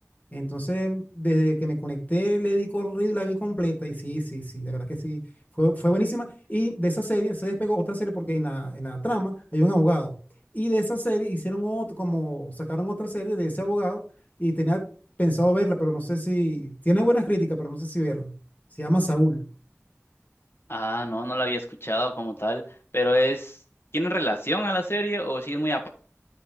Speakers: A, on the left (about 30°); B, on the left (about 50°).
A: Entonces, desde que me conecté, le di corrido y la vi completa. Y sí, sí, sí, de verdad que sí, fue, fue buenísima. Y de esa serie se despegó otra serie porque en la, en la trama hay un abogado. Y de esa serie hicieron otro, como sacaron otra serie de ese abogado y tenía pensado verla, pero no sé si, tiene buenas críticas, pero no sé si verla. Se llama Saúl.
B: Ah, no, no la había escuchado como tal, pero es, ¿tiene relación a la serie o sí es muy apa-